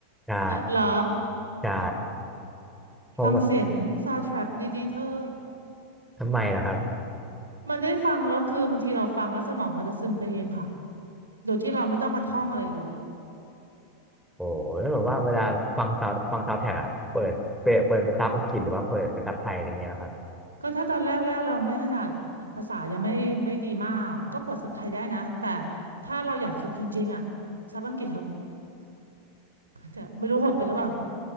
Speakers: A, in the centre; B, on the right.
A: ใช่
B: เหรอ
A: ใช่เพราะแบบ
B: ฟังเสียงซาว n d ท r a c k ดีๆเธอ
A: ทำไมล่ะครับ
B: มันได้ฟังแล้วคือบางทีเราฟังแล้วสมองเราจะซึมไปเองค่ะ โดยที่เราไม่ต้องมาท่องอะไรเลย
A: โอ้แล้วแบบว่าเวลาฟังซาวฟังซาวแท็กอะเปิดเปิดเปิดเป็นซับอังกฤษหรือว่าเปิดเป็นซับไทยอะไรเงี้ยนะครับ
B: ก็ถ้าตอนแรกๆเราไม่ถนัดภาษายังไม่ไม่ดีมากก็เปิดซับไทยได้นะแต่ถ้าเราอยากฝึกจริงๆอ่ะซับอังกฤษเถอะจะไม่รู้โหดไปหรือเปล่า